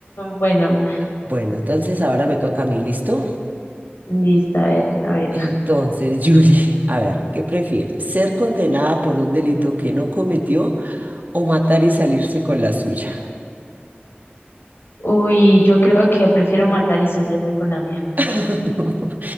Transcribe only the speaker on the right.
Bueno, entonces ahora me toca a mí, ¿listo?
Entonces, Julie, <laughs> a ver, ¿qué prefiere ¿Ser condenada por un delito que no cometió o matar y salirse con la suya?
<laughs>